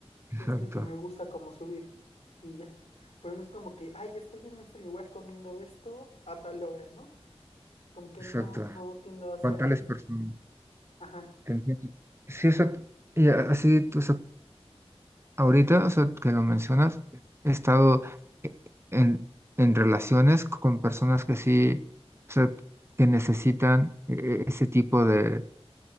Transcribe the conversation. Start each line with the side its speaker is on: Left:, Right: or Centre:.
Right: Exacto,
Left: es lo que me gusta como subir y ya. Pero no es como que, ay, estoy en este lugar comiendo esto a tal hora, ¿no? Como que
Right: exacto.
Left: no, no tiendo a hacer
Right: Con tales
Left: eso.
Right: personas.
Left: Ajá,
Right: te entiendo. Sí, o sea, y así, o sea, ahorita, o sea, que lo mencionas, he estado e- en, en relaciones con personas que sí, o sea, que necesitan e- e- ese tipo de,